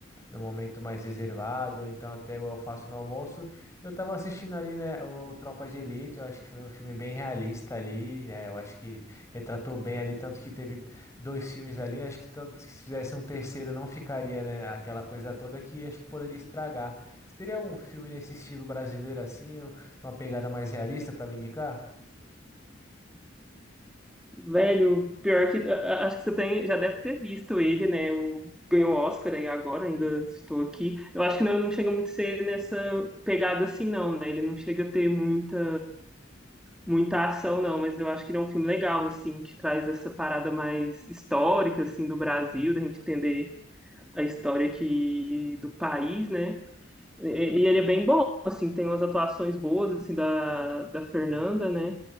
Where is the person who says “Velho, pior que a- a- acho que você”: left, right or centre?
Centre